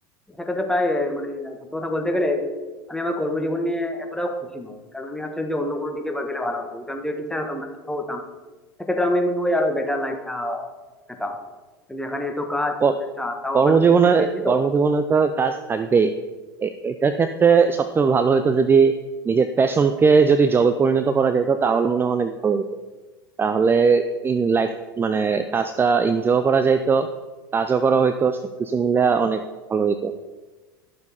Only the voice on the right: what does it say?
ক-
কর্মজীবনে
কর্মজীবনে
তো কাজ থাকবেই এ- এটার ক্ষেত্রে সবচেয়ে ভালো হতো যদি নিজের প্যাশনকে যদি জবে পরিণত করা যেত তাহলে মনে হয় অনেক ভালো হতো তাহলে ইন লাইফ মানে কাজটা এনজয় করা যাইতো কাজও করা হইতো সবকিছু মিলে অনেক ভালো হইতো